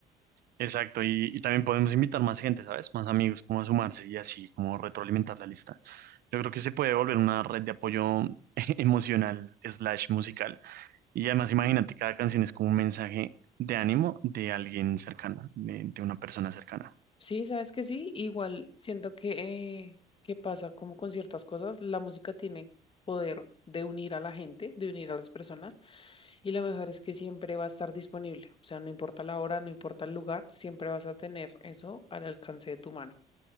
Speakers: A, on the right; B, on the left.
A: Exacto, y, y también podemos invitar más gente, ¿sabes? Más amigos, como a sumarse y así, como retroalimentar la lista. Yo creo que se puede volver una red de apoyo <laughs> emocional slash musical. Y además, imagínate, cada canción es como un mensaje de ánimo de alguien cercano, de, de una persona cercana.
B: Sí, sabes que sí, igual siento que, eh, que pasa como con ciertas cosas, la música tiene poder de unir a la gente, de unir a las personas, y lo mejor es que siempre va a estar disponible, o sea, no importa la hora, no importa el lugar, siempre vas a tener eso al alcance de tu mano.